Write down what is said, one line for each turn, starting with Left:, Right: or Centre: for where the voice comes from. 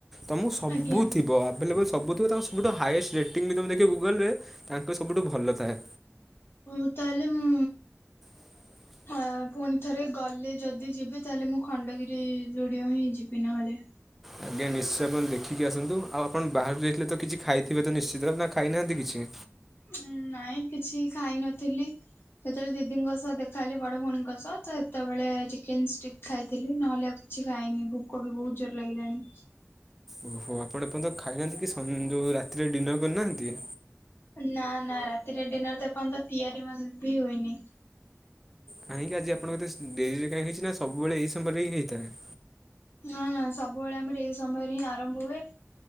Centre: ତମକୁ ସବୁ
Left: ଆଜ୍ଞା
Centre: ଥିବ। ଆଭେଲେବୁଲ ସବୁ ଥିବ। ତାଙ୍କ ସ ସବୁଠୁ ହାଇଏଷ୍ଟ ରେଟିଂ ବି ତମେ ଦେଖିବ ଗୁଗଲରେ ତାଙ୍କ ର ସବୁଠୁ ଭଲ ଥାଏ।
Left: ହୋଉ ତାହେଲେ ମୁଁ
Centre: <inaudible>
Left: ହଁ ଆ ଫୁଣି ଥରେ ଗଲେ ଯଦି ଯିବି ତାହେଲେ ମୁଁ ଖଣ୍ଡଗିରି ଜୁଡିଓ ହିଁ ଯିବି ନହେଲେ।
Centre: ଆଜ୍ଞା ନିଶ୍ଚୟ ଆପଣ ଦେଖିକି ଆସନ୍ତୁ। ଆଉ ଆପଣ ବାହାରୁକୁ ଯାଇଥିଲେ ତ କିଛି ଖାଇଥିବେ ତ ନିଶ୍ଚିତ। ନା ଖାଇନାହାନ୍ତି କିଛି?
Left: ଉଁ ନାଇଁ କିଛି ଖାଇ ନଥିଲି। ଯେତେବେଳେ ଦିଦିଙ୍କ ସହ ଦେଖା ହେଲି ବଡ ଭଉଣୀଙ୍କ ସହ ତ ହେତେବେଳେ ଚିକେନ ଷ୍ଟିକ୍ ଖାଇଥିଲି ନହେଲେ ଆଉ କି କିଛି ଖାଇନି। ଭୋକ ବି ବୋହୁତ ଜୋର୍ ଲାଗିଲାଣି।
Centre: ଓହୋ ଆପଣ ଏପର୍ଯ୍ୟନ୍ତ ଖାଇନାହାନ୍ତି କି? ସନ୍ ଯୋଉ ରାତିରେ ଡିନର୍ କରିନାହାନ୍ତି?
Left: ନା ନା ରାତିରେ ଡିନର ତ ଏପର୍ଯ୍ୟନ୍ତ ତିଆରି ବି ମାନେ ଭି ହୋଇନି।
Centre: କାହିଁକି ଆଜି ଆପଣଙ୍କର ଏତେ ଶ୍ ଡେରିରେ କାହିଁ ହୋଇଛି ନା। ସବୁବେଳେ ଏଇ ସମୟ ରେ ହେଇଥାଏ।
Left: ନା ନା ସବୁବେଳେ ଆମର ଏଇ ସମୟରେ ହିଁ ଆରମ୍ଭ ହୁଏ।